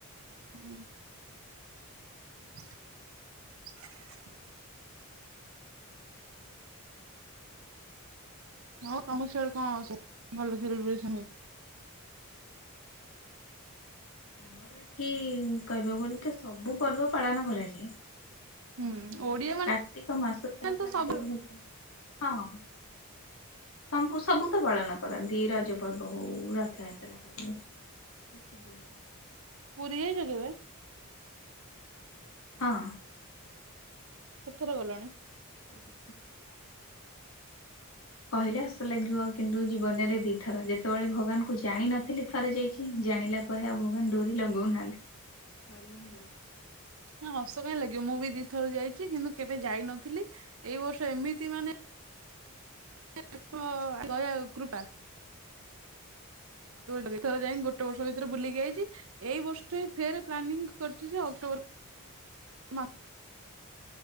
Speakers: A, on the right; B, on the left.
A: ହୁଁ। <inaudible> ହଁ ତମ ସିଆଡ କଣ ସବୁ ଭଲ ସେଲିବ୍ରେସନ ହୁଏ?
B: ଆମର ଏଠି କହିବ ବୋଲିଲେ ତ ସବୁ ପର୍ବ ପାଳନ କରାଯାଏ
A: ହୁଁ
B: ଆ
A: ଓଡିଆ
B: କାର୍ତ୍ତିକ ମାସଟା
A: ମାନେ
B: ସାରା
A: ତ ସବୁ
B: ବି ମି-ହଁ, ହଁ। ସବୁ ସବୁ ତ ପାଳନ କରନ୍ତି ରଜ ପର୍ବ ହଉ, ରଥଯାତ୍ରା ହଉ, କିଛି ବି ହଉ।
A: ପୁରୀ ଯାଇଛ କେବେ?
B: ହଁ।
A: କେଥର ଗଲଣି?
B: ପୁରୀ କି କହିଲେ ହସୁ ଲାଗିବ, କିନ୍ତୁ ଜୀବନରେ ଦି ଥର ଯେତେବେଳେ ଭଗବାନ କୁ ଜାଣିିନଥିଲି ଥରେ ଯାଇଛି ଜାଣିଲା ପରେ ଆଉ ଭଗବାନ ଡୋରି ଲଗଉନାହାନ୍ତି ଥରି ହିଁ ଯାଇଛି।
A: ନା ହସ କାହିଁ ଲାଗିବ! ମୁଁ ବି ଦି ଥର ଯାଇଛି, କିନ୍ତୁ କେବେ ଯାଇନଥିଲି, ଏଇ ବର୍ଷ ଏମିତି ମାନେ କୃପା <unintelligible> ଥରେ ଯାଇକି ଗୋଟେ ବର୍ଷ ଭିତରେ ବୁଲିକି ଯାଇଛି ଏଇ ବର୍ଷ ଫେର୍ ପ୍ଲାନିଂ କରିଛି, ଯେ ଅକ୍ଟୋବର